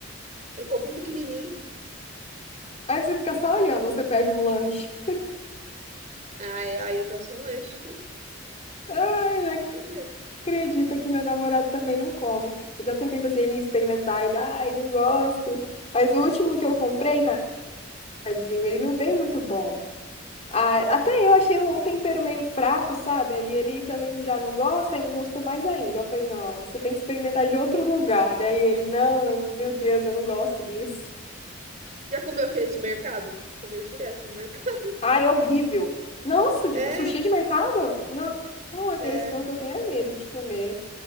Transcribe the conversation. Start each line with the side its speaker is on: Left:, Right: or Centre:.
Right: Ele compra um pequenininho.
Left: Aí você fica só olhando,
Right: Faz tempo.
Left: ou você pede um lanche.
Right: Aí, aí eu peço um lanche.
Left: Ai, não
Right: Melhor.
Left: acredito que meu namorado também não come. Eu já tentei fazer ele experimentar, ele, ai, não gosto. Mas o último que eu comprei, tadinho, ele não veio muito bom. Ah, até eu achei o tempero meio fraco, sabe? Aí ele também já não gosta e não gostou mais ainda. Eu falei, não, você tem que experimentar de outro lugar. Aí ele, não, meu Deus, eu não gosto disso.
Right: Já comeu aqueles de mercado? Que eu vejo direto no mercado.
Left: Ai, horrível.
Right: <laughs>
Left: Nossa, de- sushi
Right: É,
Left: de mercado? Não, aqueles
Right: é.
Left: prontos eu tenho é medo de comer.